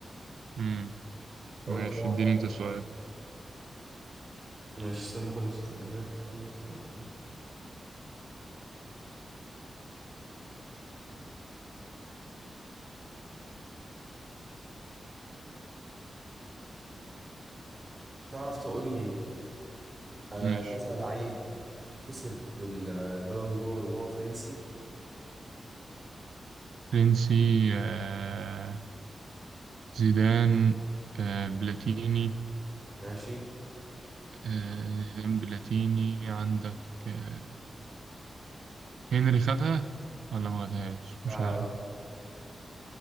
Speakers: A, on the right; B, on the right.
A: مم.
B: قلت
A: ماشي
B: بقى
A: اديني أنت سؤال
B: ماشي استنى خد السؤال ده كده افكر لك في واحد. تعرف تقول لي آه
A: ماشي
B: كذا لعيب كسب ال- البالون دور وهو فرنسي
A: فرنسي آه، زيدان آه، بلاتيني
B: ماشي
A: آه، زيدان بلاتيني عندك آه، هنري خدها ولا ما خدهاش
B: لا
A: مش عارف
B: لا لا